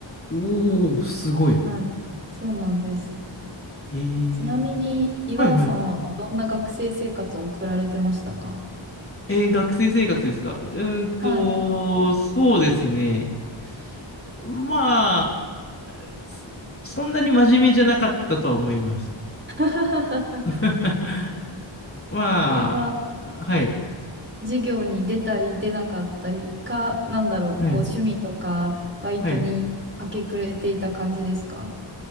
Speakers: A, on the left (about 25°); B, on the right (about 25°).
A: おー、すごい。
B: はい。そうなんです。
A: えー、
B: ちなみに、岩尾さんはどんな学生生活を送られてましたか
A: はいはい。えー学生生活ですかうーんと、
B: はい。
A: そうですね。まそ、そんなに真面目じゃなかったとは思います。
B: <laughs>
A: <laughs> ま
B: それは、
A: あ、はい、
B: 授業に出たり出なかったりか、なんだろう、
A: はい、
B: こう、趣味とか、バイトに明け暮れていた感じですか
A: はい。